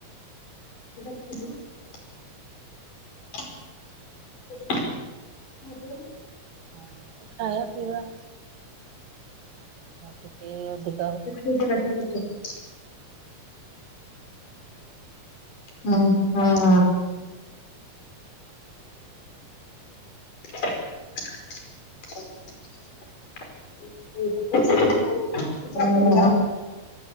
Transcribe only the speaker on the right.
ହଁ ଖାଇବା ପିଇବା ମୁଁ ଟିକେ ଦେଖ